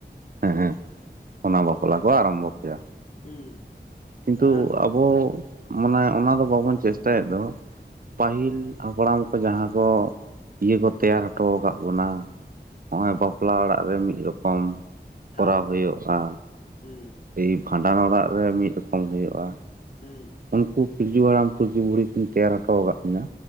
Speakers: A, on the right (about 55°); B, on the left (about 50°).
A: ᱦᱮᱸ, ᱚᱱᱟ ᱵᱟᱯᱞᱟ ᱠᱚ ᱟᱨᱚᱢᱵᱷᱚ ᱠᱮᱫᱟ᱾
B: ᱦᱩᱸ,
A: ᱠᱤᱱᱛᱩ
B: ᱟᱨ
A: ᱟᱵᱚ ᱢᱟᱱᱮ ᱚᱱᱟ ᱫᱚ ᱵᱟᱵᱚᱱ ᱪᱮᱥᱴᱟᱭᱮᱫ ᱫᱚ ᱯᱟᱹᱦᱤᱞ ᱦᱟᱯᱲᱟᱢ ᱠᱚ ᱡᱟᱦᱟᱸ ᱠᱚ ᱤᱭᱟᱹ ᱠᱚ ᱛᱮᱭᱟᱨ ᱦᱚᱴᱚ ᱟᱠᱟᱫ ᱵᱚᱱᱟ, ᱱᱚᱜᱼᱚᱭ ᱵᱟᱯᱞᱟ ᱚᱲᱟᱜ ᱨᱮ ᱢᱤᱫ ᱨᱚᱠᱚᱢ ᱠᱚᱨᱟᱣ
B: ᱦᱳᱭ
A: ᱦᱩᱭᱩᱜᱼᱟ᱾
B: ᱦᱩᱸ,
A: ᱮᱭ ᱵᱷᱟᱸᱰᱟᱱ ᱚᱲᱟᱜ ᱨᱮ ᱢᱤᱫ ᱨᱮᱠᱚᱢ ᱦᱩᱭᱩᱜᱼᱟ᱾
B: ᱦᱩᱸ,
A: ᱩᱱᱠᱩ ᱯᱤᱞᱪᱩ ᱦᱟᱲᱟᱢ ᱯᱤᱞᱪᱩ ᱵᱩᱲᱦᱤ ᱠᱤᱱ ᱛᱮᱭᱟᱨ ᱦᱚᱴᱚ ᱟᱠᱟᱫ ᱠᱤᱱᱟ,